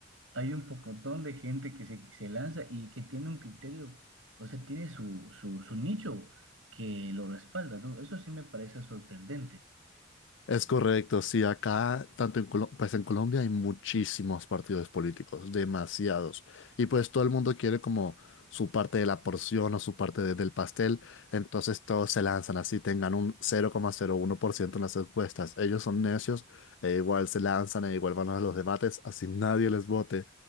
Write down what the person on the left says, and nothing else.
Es correcto, sí, acá, tanto en Colo- pues en Colombia hay muchísimos partidos políticos, demasiados. Y pues todo el mundo quiere como su parte de la porción o su parte de- del pastel, entonces todos se lanzan así, tengan un 0,01% en las encuestas. Ellos son necios, e igual se lanzan e igual van a los debates, así nadie les vote.